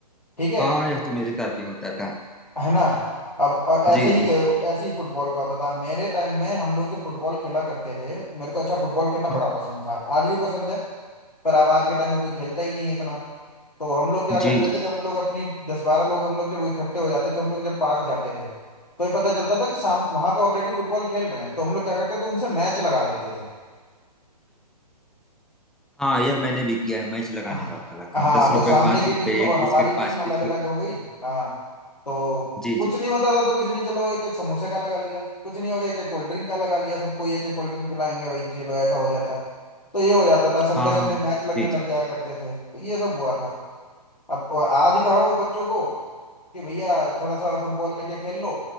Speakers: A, on the left; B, in the centre.
A: ठीक है
B: हाँ यह तो मेरे साथ भी होता था
A: है ना अब और ऐसे
B: जी
A: ही
B: जी
A: के- ऐसे ही फुटबॉल का होता था मेरे टाइम में हम लोग जब फुटबॉल खेला करते थे मेरे को अच्छा फुटबॉल खेलना
B: हाँ
A: बड़ा पसंद था आज भी पसंद है पर अब आज के टाइम में कोई खेलता ही नहीं है इतना तो हम लोग क्या
B: जी
A: करते
B: जी
A: थे जब हम लोग अपनी दस बारह लोग हम लोग जब इकट्ठे हो जाते थे हम लोग जब पार्क जाते थे तो ये पता चलता था कि शाम वहां पे ऑलरेडी फुटबॉल खेल रहे हैं तो हम लोग क्या करते थे उनसे मैच लगा लेते थे
B: हाँ यह मैंने भी किया है मैच लगाने
A: हाँ
B: वाला काम
A: हाँ,
B: दस रुपए
A: तो सामने
B: पांच
A: की
B: रुपए
A: टीम और
B: एक
A: हमारी
B: बिस्किट
A: टीम
B: पांच
A: अलग
B: बिस्किट
A: अलग हो गई हाँ तो
B: जी
A: कुछ
B: जी
A: नहीं होता था तो कुछ नहीं चलो एक एक समोसे का लगा लिया कुछ नहीं हो गया एक एक कोल्ड ड्रिंक का लगा लिया सबको एक एक कोल्ड ड्रिंक पिलाएंगे भाई चलो ऐसा हो जाता तो ये हो जाता था संडे
B: हाँ
A: संडे
B: हाँ,
A: मैच लगने
B: जी जी
A: लग जाया करते थे तो ये सब हुआ था अब और आज कहो बच्चों को कि भैया थोड़ा सा फुटबॉल लेके खेल लो